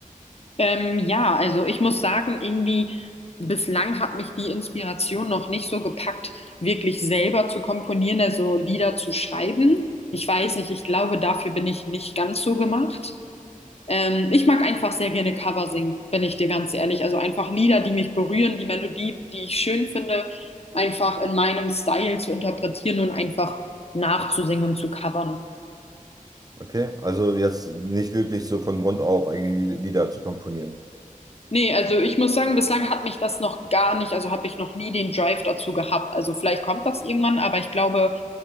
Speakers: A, on the left; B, on the right.
A: Ähm, ja, also ich muss sagen, irgendwie bislang hat mich die Inspiration noch nicht so gepackt, wirklich selber zu komponieren, also Lieder zu schreiben. Ich weiß nicht, ich glaube, dafür bin ich nicht ganz so gemacht. Ähm, ich mag einfach sehr gerne Cover singen, bin ich dir ganz ehrlich. Also einfach Lieder, die mich berühren, die Melodie, die ich schön finde, einfach in meinem Style zu interpretieren und einfach nachzusingen und zu covern.
B: Okay, also jetzt nicht wirklich so von Grund auf eigene Lieder zu komponieren.
A: Nee, also ich muss sagen, bislang hat mich das noch gar nicht, also habe ich noch nie den Drive dazu gehabt. Also vielleicht kommt das irgendwann, aber ich glaube,